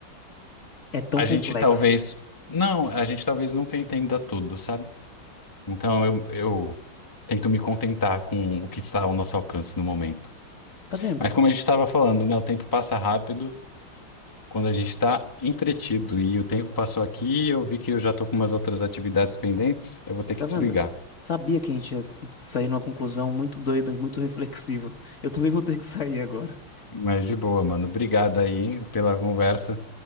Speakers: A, on the left; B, on the left.
A: É tão
B: a
A: complexo.
B: gente talvez, não, a gente talvez nunca entenda tudo, sabe? Então eu, eu tento me contentar com o que está ao nosso alcance no momento.
A: Tá vendo?
B: Mas como a gente estava falando, né? O tempo passa rápido quando a gente está entretido. E o tempo passou aqui, eu vi que eu já estou com umas outras atividades pendentes. Eu vou ter que
A: Tá
B: desligar.
A: vendo? Sabia que a gente ia sair numa conclusão muito doida, muito reflexiva. Eu também vou ter que sair agora.
B: Mas de boa, mano. Obrigado aí, hein, pela conversa.